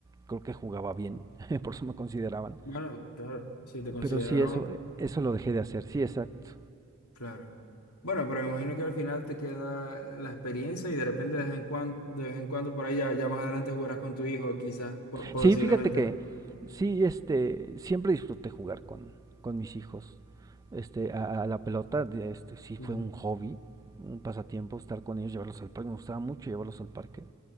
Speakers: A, on the right (about 15°); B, on the left (about 85°).
A: creo que jugaba bien, <laughs> por eso me consideraban.
B: Bueno, claro, si te consideraron,
A: Pero sí, eso, eh, eso lo dejé de hacer, sí, exacto.
B: claro. Bueno, pero me imagino que al final te queda la experiencia y de repente de vez en cuando, de vez en cuando por ahí ya, ya más adelante jugarás con tu hijo, quizás, po- posiblemente,
A: Sí, fíjate que sí, este, siempre disfruté jugar con, con mis hijos. Este, a, a la pelota, de- este, sí
B: ¿no?
A: fue un hobby, un pasatiempo estar con ellos, llevarlos al parque. Me gustaba mucho llevarlos al parque.